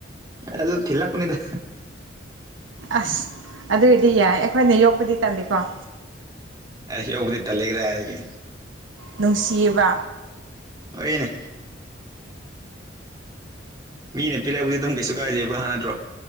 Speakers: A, on the right (about 20°); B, on the right (about 80°).
A: ꯑꯗꯨ ꯊꯤꯜꯂꯛꯄꯅꯤꯗ
B: ꯑꯥꯁ ꯑꯗꯨꯏꯗꯤ ꯌꯥꯏ ꯑꯈꯣꯏꯅ ꯌꯣꯛꯄꯗꯤ ꯇꯟꯂꯤꯀꯣ
A: ꯑꯩꯁ‌ ꯌꫭꯛꯄꯗꯤ ꯇꯜꯂꯤ ꯀꯗꯥꯏꯗꯒꯤ
B: ꯅꯨꯡꯁꯤꯕ
A: ꯑꯣꯏꯅꯦ ꯃꯤꯅ ꯄꯤꯔꯛꯄꯗꯤ ꯑꯗꯨꯝ ꯀꯩꯁꯨ ꯀꯥꯏꯗꯦꯕ ꯍꯥ ꯅꯠꯇ꯭ꯔꯣ